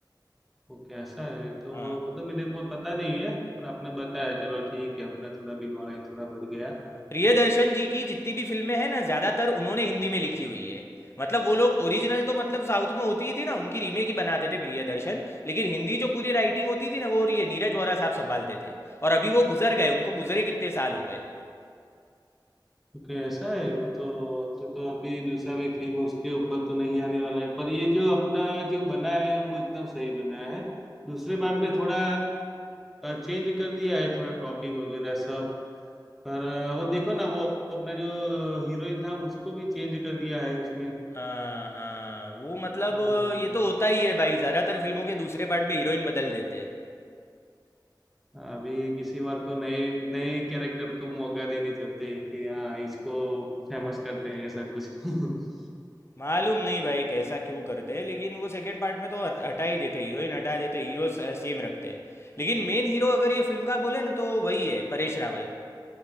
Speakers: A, in the centre; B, on the left (about 35°).
A: वो कैसा है तो
B: हाँ
A: वो तो मेरे को पता नहीं है पर आपने बताया चलो ठीक है अपना थोड़ा भी नॉलेज थोड़ा बढ़
B: हाँ,
A: गया
B: प्रियदर्शन जी की जितनी भी फिल्में हैं ना ज्यादातर उन्होंने हिंदी में लिखी हुई है मतलब वो लोग ओरिजिनल तो मतलब साउथ में होती ही थी ना उनकी रीमेक ही बनाते थे प्रियदर्शन लेकिन हिंदी जो पूरी राइटिंग होती थी ना वो ये नीरज वोरा साहब संभालते थे और अभी वो गुजर गए उनको गुजरे कितने साल हो गए
A: ओके ऐसा है वो तो तो, तो अभी दूसरा भी फिल्म उसके ऊपर तो नहीं आने वाला है पर ये जो अपना जो बना है वो एकदम सही बना है दूसरे पार्ट में थोड़ा चेंज कर दिया है थोड़ा टॉपिक वगैरह सब पर अ, वो देखो ना वो अपना जो हीरोइन था उसको भी चेंज कर दिया है उसमें
B: हाँ हाँ वो मतलब
A: हाँ
B: ये तो होता ही है भाई ज्यादातर फिल्मों के दूसरे पार्ट में हीरोइन बदल देते हैं
A: अभी किसी बार को नए नए कैरेक्टर को मौका देने चलते हैं फिर हाँ इसको फेमस करते हैं ऐसा कुछ <laughs>
B: मालूम नहीं भाई कैसा क्यों करते हैं लेकिन वो सेकंड पार्ट में तो हट- हटा ही देते हीरोइन हटा देते हीरो सेम रखते हैं लेकिन मेन हीरो अगर ये फिल्म का बोले ना तो वही है परेश रावल